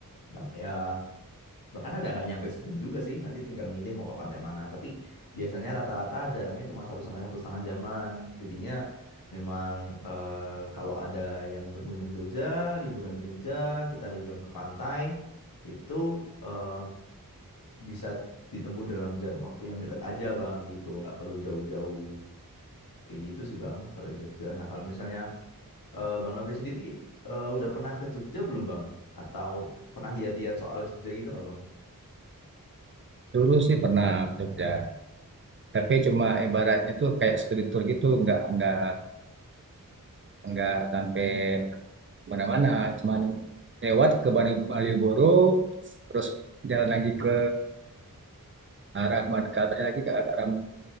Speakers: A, on the left (about 75°); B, on the right (about 35°).
A: Bak- Ya, Bahkan ada nggak nyampe sejam juga sih, nanti tinggal milih mau ke pantai mana. Tapi biasanya rata-rata jarangnya cuma satu sampai satu setengah jaman. Jadinya memang eh, kalau ada yang berkunjung ke Jogja, liburan di Jogja, kita liburan ke pantai, itu eh, bisa ditempuh dalam jarak waktu yang dekat aja bang gitu, nggak perlu jauh-jauh. Kayak gitu sih bang kalau di Jogja. Nah kalau misalnya eh, Bang Nofri sendiri eh, udah pernah ke Jogja belum bang? Atau pernah lihat-lihat soal Jogja gitu nggak bang?
B: Dulu sih pernah ke Jogja. tapi cuma ibaratnya tuh kayak studi tour gitu nggak nggak nggak sampai mana-mana cuman lewat ke Bali- Malioboro terus jalan lagi ke arah Mad ke atas lagi ke ke arah